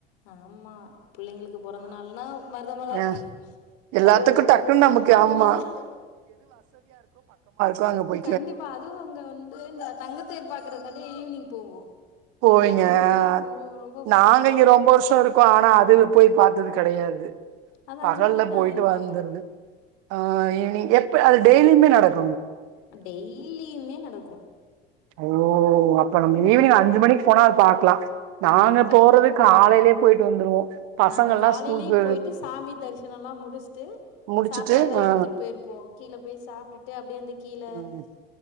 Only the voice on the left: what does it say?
ஆமா பிள்ளைங்களுக்கு பொறந்த நாள்னா மருதமல
கல்யாண நாள்னா
மருதமல
கண்டிப்பா அதுவு அங்க வந்து இந்த தங்கத்தேர் பாக்குறக்காண்டி ஈவினிங் போவோ
ரொம்ப புடிக்கு
ஓ ரொம்ப புடிக்கு
அது
அது
அஞ்சு மணிக்கு தா
இழுப்பாங்க
டெய்லியுமே நடக்கு
ஆமா கண்டிப்பா
பாக்கலா
நாங்க காலையிலயு
போயிட்டு சாமி தரிசனோ எல்லாம் முடிச்சுட்டு
சாப்பாடு எல்லாம்
எடுத்துட்டு போயிருப்போ கீழ போய் சாப்ட்டுட்டு அப்டியே அந்த கீழ